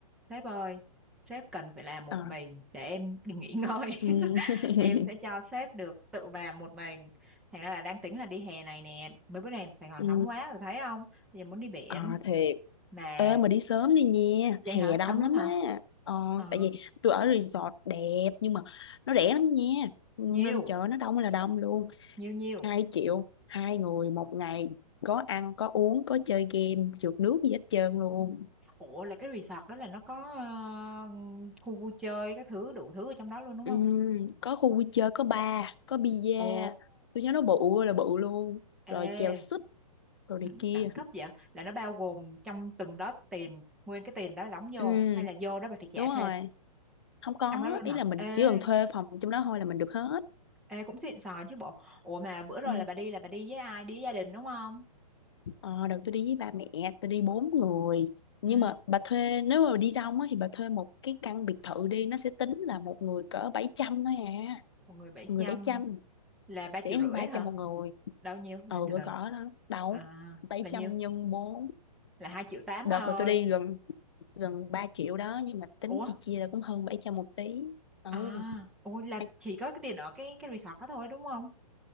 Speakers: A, in the centre; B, on the left.
A: sếp ơi, sếp cần phải làm một
B: Ờ,
A: mình để em <laughs> đi nghỉ ngơi.
B: ừ.
A: <laughs>
B: <laughs>
A: Em sẽ cho sếp được tự làm một mình. Thành ra là đang tính là đi hè này nè, mấy bữa nay Sài Gòn
B: ừ.
A: nóng quá rồi thấy không? Bây giờ muốn đi biển
B: Ờ, thiệt.
A: mà
B: Ê, mà đi sớm đi nha.
A: vậy
B: Hè
A: hả
B: đông
A: đông
B: lắm
A: lắm hả
B: á. Ờ,
A: À,
B: tại vì tôi ở resort đẹp, nhưng mà nó rẻ lắm nha. Ừ,
A: nhiều,
B: Nên chợ nó đông là đông luôn.
A: nhiều nhiều.
B: hai triệu, hai người một ngày. Có ăn, có uống, có chơi game, trượt nước gì hết trơn luôn.
A: Ủa là cái resort đó là nó có ờ, khu vui chơi các thứ đủ thứ ở trong đó luôn đúng
B: Ừ,
A: không?
B: có khu vui chơi có bar có bia
A: Ồ,
B: tôi nhớ nó bự ơi là bự luôn
A: ê,
B: rồi chèo súp rồi này
A: đẳng
B: kia
A: đẳng cấp vậy. Là nó bao gồm trong từng đó tiền, nguyên cái tiền đó đóng vô
B: ừ
A: hay là vô đó bà phải trả
B: đúng
A: thêm?
B: rồi không có
A: Trong đó luôn
B: ý
A: hả?
B: là mình
A: Ê,
B: chỉ cần thuê phòng trong đó thôi là mình được hết
A: ê cũng xịn sò chứ bộ. Ủa mà bữa rồi
B: ừ.
A: là bà đi là bà đi với ai? Đi với gia đình đúng không?
B: ờ, đợt tôi đi với ba mẹ tôi đi bốn người nhưng
A: Ừ,
B: mà bà thuê nếu mà đi đông á, thì bà thuê một cái căn biệt thự đi nó sẽ tính là một người cỡ 700 thôi à
A: một người bảy
B: một
A: trăm
B: người bảy trăm
A: là 3 triệu
B: rẻ hơn
A: rưỡi
B: ba
A: hả?
B: trăm một người
A: Đâu nhiêu? Là
B: ừ
A: từ
B: cỡ
A: từ.
B: cỡ đó đâu
A: À,
B: bảy
A: là
B: trăm
A: nhiêu?
B: nhân bốn
A: Là 2 triệu 8
B: đợt
A: bà ơi.
B: mà tôi đi gần gần 3 triệu đó nhưng mà tính
A: ủa
B: chia chia là cũng hơn 700 một tí ừ,
A: à ôi là
B: hay
A: chỉ có cái tiền ở cái cái resort đó thôi đúng không